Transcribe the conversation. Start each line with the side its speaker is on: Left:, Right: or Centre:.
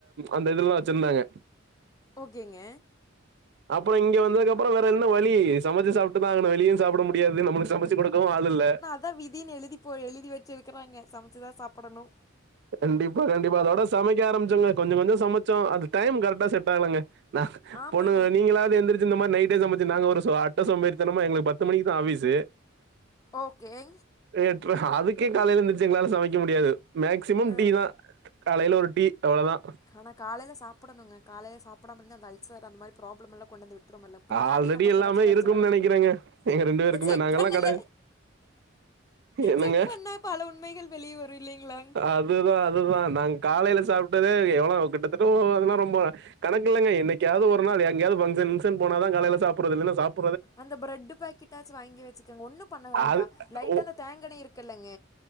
Right: அந்த இதுலதா வெச்சிருந்தாங்க
Left: ஓகேங்க
Right: அப்பறொ இங்க வந்ததுக்கப்றொ வேறென்ன வழி சமைச்ச சாப்ட்டுதா ஆகனு வெளியு சாப்ட முடி முடியாது நம்மளுக்கு சமச்சு கொடுக்கவு அள் இல்ல
Left: அதா விதின்னு எழுதி போ எழுதி வெச்சுருக்குறாங்க சமச்சுதா சாப்புடணு
Right: கண்டிப்பா கண்டிப்பா அதோட சமக்க ஆரம்பிச்சுங்க கொஞ்ச கொஞ்ச சமச்சோ அது டைம் கரெக்டா செட் ஆகளாங்க நா
Left: ஆமாங்க
Right: பொண்ணுங்க நீங்களாது எந்திரச்சு இந்த மாரி நைட்டே சமச்சு நாங்க ஒரு ஸ்வா டா சோம்பேரித்தனமா எங்களுக்கு பத்து மணிக்கு தா ஆஃபீசு
Left: ஓகே
Right: ஏட்ரா அதுக்கே காலையில இருந்துச்சு எங்களால சமைக்க முடியாது மேக்சிமம்
Left: ஆ
Right: டீ தா காலையில ஒரு டீ அவ்ளதா
Left: ஆனா காலைல சாப்பிடணுங்க காலே சாப்டாம இரு அந்த அல்சர் அந்த மாரி ப்ராப்ளம் எல்லா கொண்டு வந்து விட் ருமல்ல பின்னாடி
Right: ஆல்ரெடி
Left: நமக்கு
Right: எல்லாமே
Left: ஏதாச்சு பிரச்சன
Right: இருக்கும்னு நினைக்கிறேங்க எங்க ரெண்டு பேருக்குமே
Left: செக்
Right: நாங்கெல்லாம்
Left: பண்ணல
Right: கடை என்னங்க
Left: செக் பண்ணா பல உண்மைகள் வெளியே வரு இல்லைங்களா
Right: அதுதா அதுதா நாங்க காலையில சாப்ட்டதே எவ்ளோவு கிட்டத்தட்டு அதெல்லா ரொம்ப கணக்கு இல்லங்க என்னைக்காவது ஒரு நாள் எங்கயாவது ஃபங்க்ஷன் கிங்க்ஷன் போன தா காலைல சாப்புறதுற இல்லன்னா சாப்
Left: அந்த பிரெட்டு பாக்கெட்டாச்சு வாங்கி வெச்சுக்கங்க ஒன்னு பண்ண வேண்டா
Right: அது
Left: லைட்டா
Right: ஓ
Left: அந்த தேங்கண்ண இருக்குல்லங்க